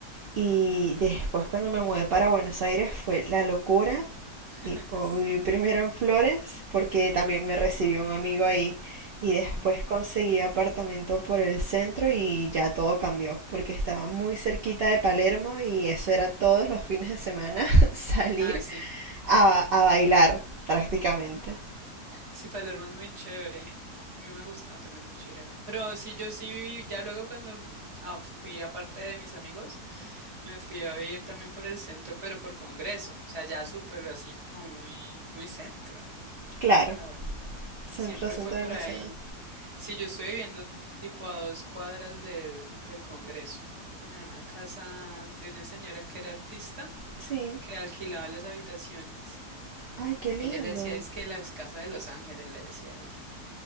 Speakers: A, on the right (about 60°); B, on the right (about 25°).
A: Y después cuando me mudé para Buenos Aires fue la locura.
B: <laughs>
A: Tipo, viví primero en Flores porque también me recibió un amigo ahí. Y después
B: Ujú.
A: conseguí apartamento por el centro y ya todo cambió porque estaba muy cerquita de Palermo y eso era todos los fines de semana <laughs> salir
B: Ah, sí.
A: a, a bailar prácticamente.
B: Sí, Palermo es muy chévere. A mí me gustaba también mucho ir allá. Pero sí, yo sí viví, ya luego cuando mm, ah, fui aparte de mis amigos, me fui a vivir también por el centro, pero por Congreso. O sea, ya súper así como muy, muy centro,
A: Claro,
B: la verdad.
A: centro,
B: Siempre
A: centro
B: fue por
A: de la
B: ahí.
A: ciudad.
B: Sí, yo estoy viviendo tipo a dos cuadras del, del Congreso, en una casa de una señora que era artista,
A: Sí.
B: que alquilaba las habitaciones.
A: Ay, qué lindo.
B: Ella le decía, es que las casas de Los Ángeles, le decía ella.